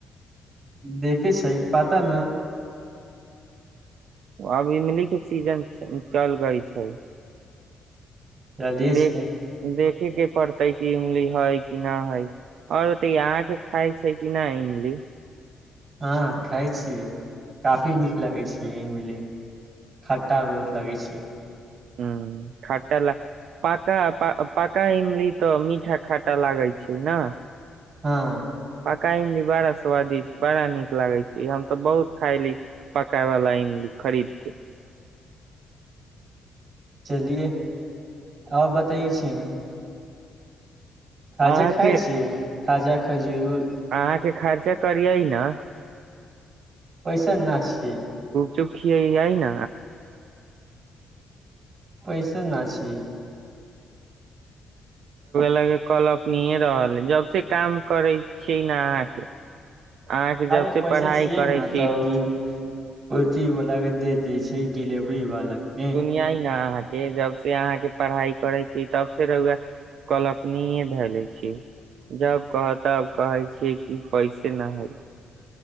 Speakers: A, on the right; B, on the right.
A: देखे सह पता न
B: अब इमली के सीजन चल गई छै
A: चले
B: देख
A: छै
B: देख देखे के पड़तै कि इमली है कि नहिा है आओर ओते आहके खााय छै कि नहि इमली
A: हँ खाइ छियै काफी नीक लगै छियै एहिमे लि खट्टा बहुत लगै छै
B: ह खाटा ल पा प्ाका इमली तऽ मीठा खाटा लागै छै ने
A: हँ
B: पका इमली बड़ा स्वादिष्ट बड़ा निक लागे छै हम तो बहुत खायली पकाय वाला इमली खरीद के
A: चलिये आउ बतय छी ने खाजा
B: अहाँ
A: खाइ
B: के
A: छीिय खाजा खजुर
B: अहाँ खर्चा करियइ न
A: पैसा नहि छियै
B: चु खी यइ ने
A: पैसा न छै
B: ल कल अपनीे रहल है जब से काम करै छियै ने अहाँके अहाँके जब
A: अरे
B: से पढ़ाई
A: पैसा छियै
B: करै
A: ने
B: छी
A: तऽ ओ पथी वालला के दे दी छै डिलेवरी वाला के
B: दुनिय न के जब से अहाँके पढ़ाई करै छी तब से रए कल्पनीे धैले छी जब कह तब कहे छीिय कि पैसे न है